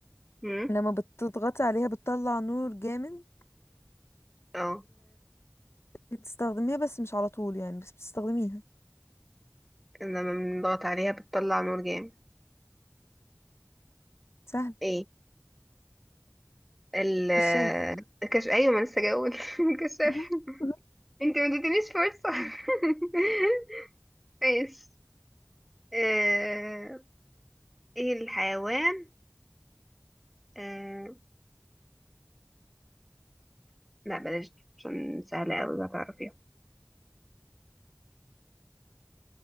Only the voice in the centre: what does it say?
مم.
اه
لما بنضغط عليها بتطلع نور جامد
ايه ال
الكشف ايوه ما لسه جاول <laughs> الكشاف
انت ما اديتنيش فرصه <laughs> ماشي آه، ايه الحيوان آه... لا بلاش دي، عشان سهلة أوي هتعرفيها